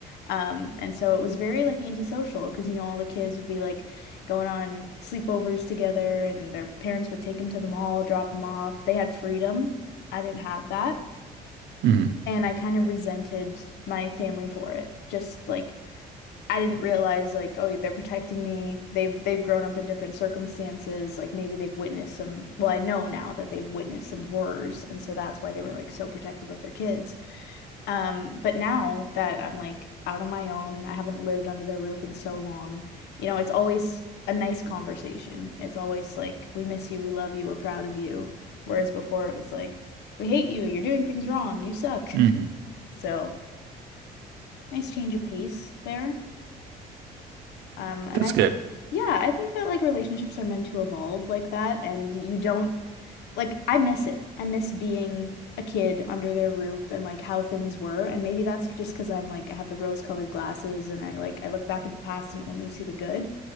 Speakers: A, on the left; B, on the right.
A: Um, and so it was very like antisocial because you know all the kids would be like going on sleepovers together, and their parents would take them to the mall, drop them off. They had freedom. I didn't have that.
B: hmm
A: And I kind of resented my family for it. Just like I didn't realize like, oh, they're protecting me. They've they've grown up in different circumstances. Like maybe they've witnessed some, well, I know now that they've witnessed some horrors, and so that's why they were like so protective of their kids. Um, but now that I'm like out on my own, I haven't lived under their roof in so long, you know, it's always a nice conversation. It's always like, we miss you, we love you, we're proud of you. Whereas before it was like, we hate you, you're doing things wrong, you suck.
B: hmm
A: <laughs> So, nice change of pace there. Um, and
B: That's
A: I
B: good.
A: Yeah, I think that like relationships are meant to evolve like that, and you don't like I miss it. I miss being a kid under their roof and like how things were, and maybe that's just because I'm like I have the rose-colored glasses and I like I look back at the past and only see the good.